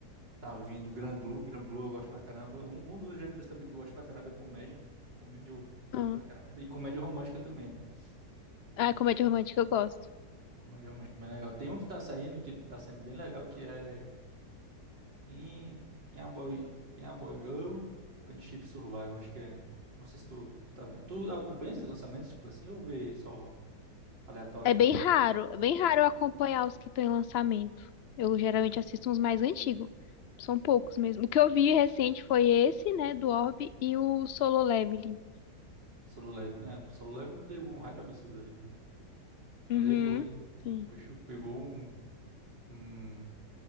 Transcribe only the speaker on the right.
Tá vindo Gran Blue, Gran Blue eu gosto pra caramba. Um, um dos gêneros também que eu gosto pra caramba é comédia, né? Comédia eu curto
pra caramba. E comédia romântica também. né?
Então,
comédia romântica é bem legal. Tem um que tá saindo, que ele tá saindo bem legal, que é Quem, quem é a Boy, quem é a Boy Girl? Friendship Survival, acho que é. Não sei se tu, tu tá vendo. Tu acompanha esses lançamentos, tipo assim, ou vê só aleatório
também?
Solo Level, né? O Solo Level pegou um hype absurdo ali, velho. Ali
foi.
O bicho pegou um, um